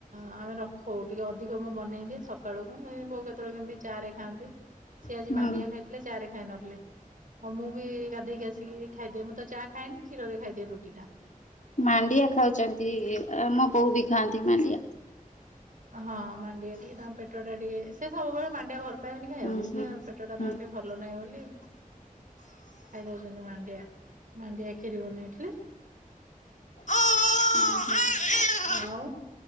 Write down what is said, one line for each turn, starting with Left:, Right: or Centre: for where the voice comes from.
Right: ଆମେ ରଖୁ। ଟିକେ ଅଧିକ ମୁଁ ବନେଇଦିଏ ସକାଳୁକୁ ଏ ବୋଉ କେତେବେଳେ କେମତି ଚା ରେ ଖାଆନ୍ତି। ସିଏ
Left: ହୁଁ।
Right: ଆଜି ମାଣ୍ଡିଆ ଖାଇଥିଲେ ଚା ରେ ଖାଇ ନଥିଲେ। ହଁ ମୁଁ ବି ଗାଧେଇକି ଆସିକି ଖାଇଦିଏ। ମୁଁ ତ ଚାହା ଖାଏନି କ୍ଷୀରରେ ଖାଇଦିଏ ରୁଟିଟା।
Left: ମାଣ୍ଡିଆ ଖାଉଚନ୍ତି ମୋ ବୋଉ ବି ଖାଆନ୍ତି ମାଣ୍ଡିଆ।
Right: ହଁ ମାଣ୍ଡିଆ ଟିକେ ତାଙ୍କ ପେଟ ଟା ଟିକେ ସେ ସବୁବେଳେ ମାଣ୍ଡିଆ ଭଲ ପାଇବେନି ଖାଇବାକୁ
Left: ହୁଁ
Right: କିନ୍ତୁ
Left: ହୁଁ
Right: ପେଟ ଟା
Left: ହୁଁ
Right: ତାଙ୍କର ଟିକେ ଭଲ ନାହିଁ ବୋଲି ଖାଇ ଦୋଉଚନ୍ତି ମାଣ୍ଡିଆ ମାଣ୍ଡିଆ ଖିରି ବନେଇଥିଲି।
Left: ଓହୋ।
Right: ଆଉ